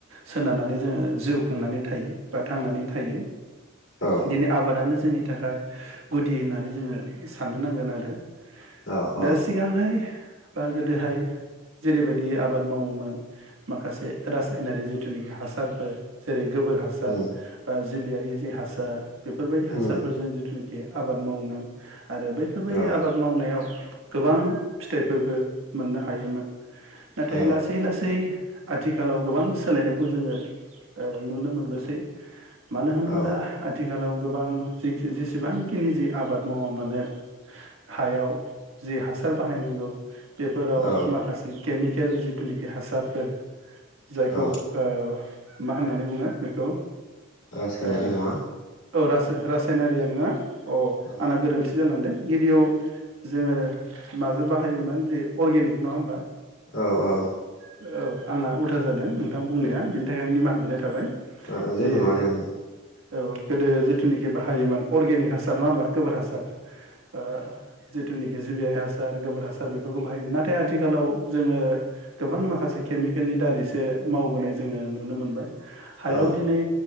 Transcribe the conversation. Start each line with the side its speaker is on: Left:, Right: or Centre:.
Right: सोनारनानै जोङो जिउ खुंनानै थायो। बा थांनानै थायो
Left: औ
Right: दिनै आबादानो जोंनि नि थाखाय गुदि होननानै जोङो साननो नांगोन आरो
Left: औ औ
Right: दा सिगांहाय बा गोदोहाय जेरैबायदि आबाद मावोमोन माखासे रासायनारि जिथुनाखि हासारफोर जेरै गोबोर हासार
Left: उम
Right: जिबियारि जे हासार बेफोरबायदि हासारफोरजों
Left: उम
Right: जिथुनाखि आबाद मावोमोन आरो बैफोरबायदि
Left: औ
Right: आबाद मावनायाव गोबां फिथाइफोरबो मोननो हायोमोन नाथाय
Left: औ
Right: लासै लासै आथिखालाव गोबां सोलायनायखौ जोङो ओ नुनो मोनबोसै। मानो होनोब्ला
Left: औ
Right: आथि थिखालाव गोबां जि जेसेबांखिनि जि आबाद मावा मानो हायाव जि हासार बाहायनांगौ बेफोराव
Left: औ
Right: माखासे केमि केल जिथुनेखि हासारफोर जायखौ
Left: औ
Right: ओ मा होननानै बुङो बेखौ
Left: रासायनारि
Right: ओ
Left: मुवा
Right: औ रासाय रासायनारियानोना अ
Left: औ
Right: आंना गोरोन्थि जालांदों गिबियाव जोङो माजों बाहायोमोन जे अर्गेनिक नङा होमबा।
Left: औ औ
Right: औ आंना उल्था जादों नोंथां बुंनाया बेनि था खाइ निमाहा बिना थाबाय
Left: ओ जेबो
Right: जे
Left: नङा दे नोंथां
Right: औ गोदो जि जिथुखि बाहायोमोन अर्गेक हासार नङा होनबा। गोबोर हासार अ जिथुनाखि जिबियारि हासार गोबोर हासार बेफोरखौ बाहायोमोन नाथाय आथिखालाव जोङो गोबां माखासे केमिकेलनि दारैसो मावबोनाय जोङो नुनो मोनबाय हायाव
Left: औ
Right: दिनै